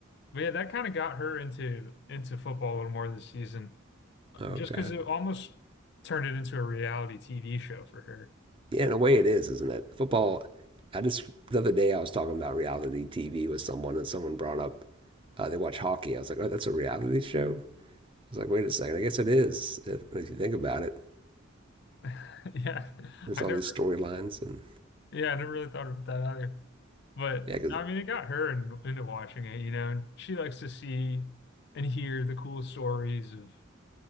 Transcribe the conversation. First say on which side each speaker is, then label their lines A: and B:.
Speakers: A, on the left; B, on the right.
A: But yeah, that kind of got her into into football a little more this season,
B: Okay.
A: just because it almost turned it into a reality TV show for her.
B: Yeah, in a way, it is, isn't it? Football. I just the other day I was talking about reality TV with someone, and someone brought up uh, they watch hockey. I was like, oh, that's a reality show. I was like, wait a second, I guess it is. If, if you think about it,
A: <laughs> Yeah,
B: there's
A: I
B: all
A: never
B: these storylines, and
A: yeah I never really thought about that either. But
B: yeah, because
A: I mean, it got her in, into watching it. You know, and she likes to see and hear the cool stories of